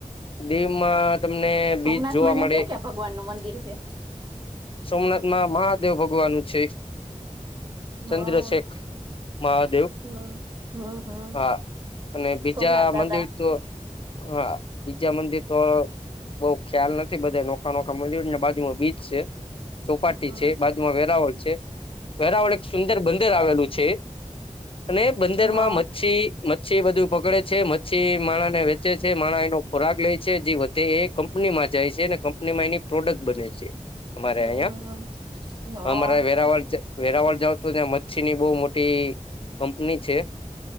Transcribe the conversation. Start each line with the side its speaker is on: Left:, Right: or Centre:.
Left: દીવમાં તમને
Right: સોમનાથમાં
Left: બીજ જોવા
Right: અહિયાં
Left: મળે
Right: ક્યાં ક્યાં ભગવાન નું મંદિર છે
Left: સોમનાથમાં મહાદેવ ભગવાન છે
Right: હમ
Left: ચંદ્રશેેખ મહાદેવ
Right: હમ હમ હમ
Left: હા અને બીજા
Right: સોમનાથ દાદા
Left: મંદિર તો હા બીજા મંદિર તો બઉ ખ્યાલ નથી બધા નોખા નોખા મળને બાજુમાં બીજ છે ચોપાટી
Right: હમ
Left: છે બાજુમાં વેરાવળ છે વેરાવળ એક સુંદર બંદર આવેલું છે અને બંદર
Right: હા
Left: માં મચ્છી મચ્છી બધું પકડે છે મચ્છી માણ ને વ ચ છે મા એનો ખોરાક લે છે જે વધે એ કંપનીમાં જાય છે અને કંપનીમાં એની પ્રોડક્ટ બને છે અમારે
Right: હમ
Left: અહિયાં
Right: હા
Left: અમારે વેરાવળ છે વેરાવળ જાવ તો ત્યાં મચ્છી ની બહુ મોટી કંપની છે